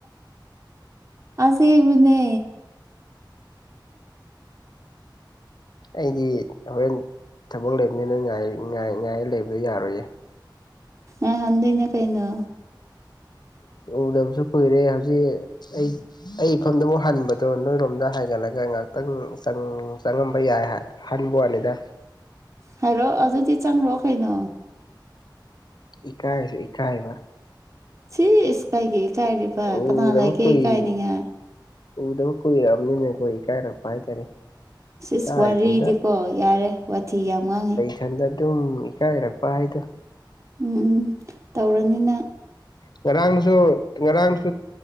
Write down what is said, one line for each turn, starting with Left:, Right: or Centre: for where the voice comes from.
Right: ꯑꯁꯕꯨꯅꯦ
Left: ꯑꯩꯗꯤ ꯍꯣꯔꯦꯟ ꯊꯕꯛ ꯂꯩꯕꯅꯤꯅ ꯉꯥꯏ ꯂꯩꯕꯗꯣ ꯌꯥꯔꯣꯏꯌꯦ
Right: ꯑ ꯍꯟꯗꯅꯦ ꯀꯩꯅꯩꯅꯣ
Left: ꯎꯗꯕꯁꯨ ꯀꯨꯏꯔꯦ ꯍꯧꯖꯤꯛ ꯑꯩ ꯑꯩ ꯏꯐꯝꯗꯕꯨꯛ ꯍꯟꯕꯗꯣ ꯅꯣꯏꯔꯣꯝꯗ ꯍꯥꯏꯒꯠꯂꯒ ꯉꯍꯥꯛꯇꯪ ꯆꯪꯉꯝꯕ ꯌꯥꯏ ꯍꯥꯏ ꯍꯟꯥꯟꯕ ꯋꯥꯅꯤꯗ
Right: ꯍꯥꯏꯂꯣ ꯑꯗꯨꯗꯤ ꯆꯪꯂꯛꯑꯣ ꯀꯩꯅꯣ
Left: ꯏꯀꯥꯏ ꯍꯥꯏꯁ ꯏꯀꯥꯏꯕ
Right: ꯁꯤ ꯏꯁ ꯀꯥꯏꯒꯦ ꯏꯀꯥꯏꯔꯤꯕ
Left: ꯎꯗꯕ
Right: ꯀꯅꯥ ꯂꯩꯒꯦ
Left: ꯀꯨꯏ
Right: ꯏꯀꯥꯏꯅꯤꯡꯉꯦ
Left: ꯎꯗꯕ ꯀꯨꯏꯔꯛꯑꯕꯅꯤꯅ ꯑꯩꯈꯣꯏ ꯏꯀꯥꯏꯔꯛꯄ ꯍꯥꯏꯇꯥꯔꯦ
Right: ꯁꯤꯁ
Left: ꯏꯁꯥ
Right: ꯋꯥꯔꯤꯗꯤꯀꯣ
Left: ꯏꯊꯟꯇ
Right: ꯌꯥꯔꯦ ꯋꯥꯊꯤ ꯌꯥꯝ ꯋꯥꯡꯉꯤ
Left: ꯏꯊꯟꯗ ꯑꯗꯨꯝ ꯏꯀꯥꯏꯔꯛꯄ ꯍꯥꯏꯗꯣ
Right: ꯎꯝ ꯇꯧꯔꯅꯤꯅ
Left: ꯉꯔꯥꯡꯁꯨ ꯉꯔꯥꯡꯁꯨ